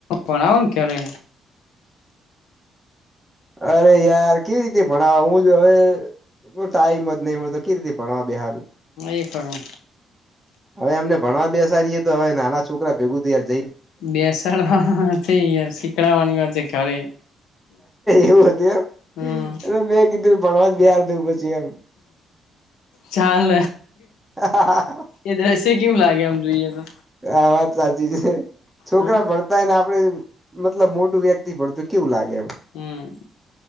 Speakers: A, on the left; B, in the centre.
A: ભણાવો ને ઘરે
B: અરે યાર કેવી રીતે ભણાવ હું જો હવે. જો ટાઈમ જ નહી મળે તો કે રીતે ભણવા બેહારુ
A: <unintelligible> એ કરું.
B: હવે એમને ભણવા બેસારીએ તો હવે નાના છોકરા ભેગું થયા.
A: બેસાડવા છે, યાર શીકડાવાની <unintelligible> છે, ઘરે
B: એવું હતું
A: હમ
B: એમ મેં કીધું ભણવા જ <unintelligible> દું પછી એમ.
A: ચાલ
B: હા
A: એ દ્રશ્ય કેવું લાગે આમ જોઈએ તો.
B: હા વાત સાચી છે, છોકરા
A: હા
B: ભણતાયને આપડે. મતલબ મોટું વ્યક્તિ <unintelligible> કેવું લાગે. એમ
A: હમ.